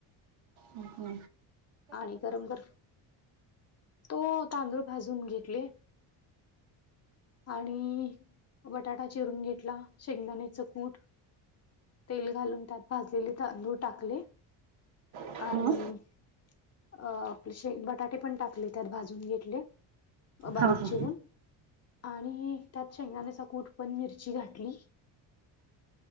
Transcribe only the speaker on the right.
हू हू.
हं?
हां हां